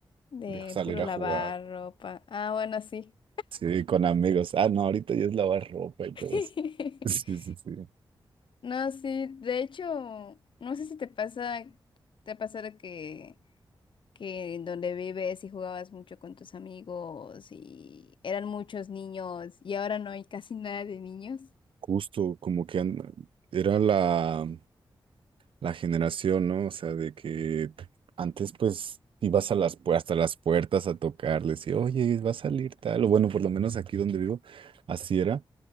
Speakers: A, on the left; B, on the right.
A: de
B: de salir
A: puro lavar
B: a jugar,
A: ropa. Ah, bueno, sí.
B: sí, con amigos. Ah, no, ahorita ya es lavar ropa y todo
A: <laughs>
B: eso. <laughs> Sí, sí, sí.
A: No, sí, de hecho, no sé si te pasa, te pasa de que que en donde vives y jugabas mucho con tus amigos y eran muchos niños y ahora no hay casi <laughs> nada de niños.
B: Justo, como que an- era la, la generación, ¿no? O sea, de que antes pues ibas a las, pu- hasta las puertas a tocarles y, oye, va a salir tal, o bueno, por lo menos aquí donde vivo, así era.